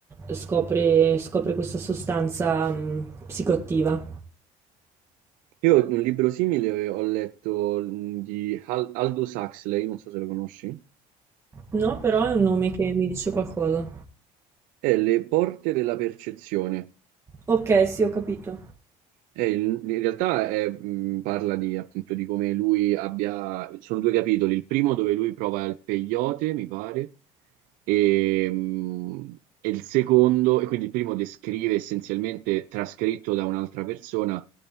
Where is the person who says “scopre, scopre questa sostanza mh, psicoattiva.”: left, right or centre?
Right